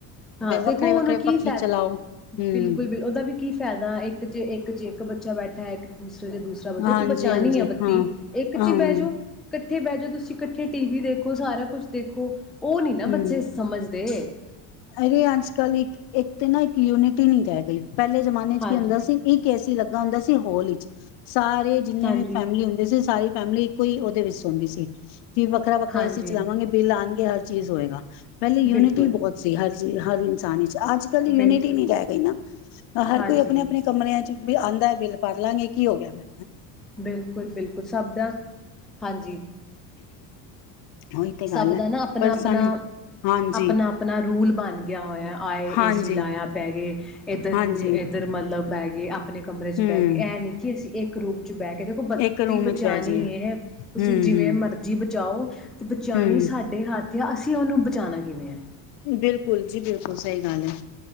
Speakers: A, in the centre; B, on the left.
A: ਹਾਂ
B: ਫੇਰ
A: ਦੇਖੋ
B: ਵੱਖਰੇ
A: ਹੁਣ
B: ਵੱਖਰੇ
A: ਕੀ
B: ਪੱਖੇ
A: ਫਾਇਦਾ
B: ਚਲਾਓ
A: ਏ
B: ਹਮ
A: ਬਿਲਕੁਲ-ਬਿਲਕੁਲ ਉਹਦਾ ਵੀ ਕੀ ਫਾਇਦਾ ਇੱਕ ਚ ਇੱਕ ਚ ਇੱਕ ਬੱਚਾ ਬੈਠਾ ਹੈ ਇੱਕ ਦੂਸਰਾ। ਦੂਸਰਾ
B: ਹਾਂਜੀ-ਹਾਂਜੀ
A: ਦੇਖੋ ਬਚਾਣੀ ਆ ਬੱਤੀ
B: ਹਾਂ
A: ਇੱਕ ਚ
B: ਹਮ
A: ਹੀ ਬਹਿ ਜੋ ਇਕੱਠੇ ਬਹਿ ਜਾਓ ਤੁਸੀਂ ਇਕੱਠੇ ਟੀਵੀ ਦੇਖੋ। ਸਾਰਾ ਕੁਛ ਦੇਖੋ। ਉਹ ਨੀ ਨਾ ਬੱਚੇ
B: ਹਮ
A: ਸਮਝਦੇ।
B: ਅਰੇ ਅਜ ਕਲ ਇੱਕ ਇੱਕ ਤੇ ਨਾ ਕਿ ਯੂਨਿਟੀ ਨਹੀਂ ਰਹਿ ਗਈ। ਪਹਿਲੇ ਜਮਾਨੇ ਚ
A: ਹਾਂਜੀ
B: ਕੀ ਹੁੰਦਾ ਸੀ ਇੱਕ ਏਸੀ ਲੱਗਾ ਹੁੰਦਾ ਸੀ ਹੋਲ ਵਿੱਚ। ਸਾਰੇ ਜਿੰਨੇ
A: ਹਾਂਜੀ
B: ਵੀ ਫੈਮਿਲੀ ਹੁੰਦੇ ਸੀ ਸਾਰੀ ਫੈਮਿਲੀ ਇੱਕੋ ਹੀ ਉਹਦੇ ਵਿੱਚ ਸੌਂਦੀ ਸੀ। ਕੀ ਵੱਖਰਾ-ਵੱਖਰਾ
A: ਹਾਂਜੀ
B: ਏਸੀ ਚਲਾਵਾਂਗੇ ਬਿੱਲ ਆਣਗੇ ਹਰ ਚੀਜ਼ ਹੋਏਗਾ। ਪਹਿਲੇ ਯੂਨਿਟੀ
A: ਬਿਲਕੁਲ
B: ਬਹੁਤ ਹਰ ਚੀਜ਼ ਹਰ ਇਨਸਾਨ ਚ ਅੱਜ ਕੱਲ ਯੂਨਿਟੀ
A: ਬਿਲਕੁਲ
B: ਨਹੀਂ ਰਹਿ ਗਈ ਨਾ ਹਰ
A: ਹਾਂਜੀ
B: ਕੋਈ ਆਪਣੇ ਆਪਣੇ ਕਮਰਿਆਂ ਚ ਵੀ ਆਂਦਾ ਬਿੱਲ ਭਰ ਲਾਂਗੇ ਕੀ ਹੋ ਗਿਆ ਫਿਰ
A: ਬਿਲਕੁਲ-ਬਿਲਕੁਲ ਸਭ ਦਾ ਹਾਂਜੀ।
B: ਉਹੀ ਤੇ
A: ਸਭ
B: ਗੱਲ ਹੈ
A: ਦਾ ਨਾ ਆਪਣਾ-ਆਪਣਾ-ਆਪਣਾ-ਆਪਣਾ
B: ਪਰ ਸਾਨੂੰ ਹਾਂਜੀ
A: ਰੂਲ ਬਣ ਗਿਆ ਹੋਇਆ ਆਏ
B: ਹਾਂਜੀ
A: ਏਸੀ ਲਾਇਆ ਪੈ <inaudible> ਇੱਧਰ
B: ਹਾਂਜੀ
A: ਨ ਇੱਧਰ ਮਤਲਬ ਪੈ ਗਏ ਅਪ ਆਪਣੇ ਕਮਰੇ ਚ
B: ਹੂੰ,
A: ਬੈਗੇ ਇਹ ਨਹੀਂ ਕਿ ਅਸੀਂ, ਇੱਕ ਰੂਮ ਚ ਬੈਠ ਦੇਖੋ ਬੱਤੀ
B: ਇੱਕ ਰੂਮ ਵਿੱਚ
A: ਬਚਾਉਣੀ
B: ਬਹਿ ਜਾਈਏ
A: ਹੈ, ਤੁਸੀਂ
B: ਹੂੰ-ਹੂੰ,
A: ਜਿਵੇਂ ਮਰਜ਼ੀ ਜਾਓ ਬਚਾਨੀ
B: ਹੂੰ।
A: ਸਾਡੇ ਹੱਥ ਅਤੇ ਅਸੀਂ ਉਹਨੂੰ ਬਚਾਉਣਾ ਕਿਵੇਂ ਹੈ,
B: ਬਿਲਕੁਲ ਜੀ ਬਿਲਕੁਲ ਸਹੀ ਗੱਲ ਹੈ।